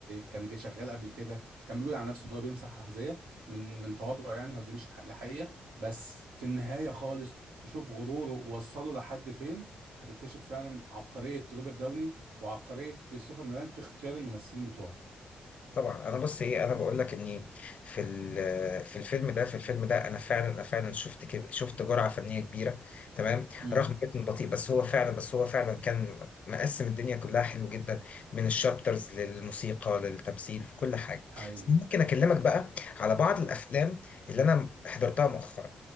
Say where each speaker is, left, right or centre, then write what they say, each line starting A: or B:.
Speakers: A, on the right; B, on the left.
A: كان جه شغال قبل كده كان بيقول على نفسه ان هو بيمسح احذيه من من تواضعه يعني هو دي مش الحقيقه بس في النهايه خالص تشوف غروره ووصله لحد فين هتكتشف فعلا عبقرية روبرت داوني وعبقرية كريستوفر نولان في اختيار الممثلين بتوعه
B: طبعا انا بص ايه انا بقول لك اني في ال- في الفيلم ده في الفيلم ده انا فعلا انا فعلا شفت كب- شفت جرعه فنيه كبيره تمام
A: امم
B: رغم كده بطيء بس هو فعلا بس هو فعلا كان مقسم الدنيا كلها حلو جدا من الشابترز للموسيقى للتمثيل في كل حاجه
A: حقيقي
B: بس ممكن اكلمك بقى على بعض الافلام اللي انا حضرتها مؤخرا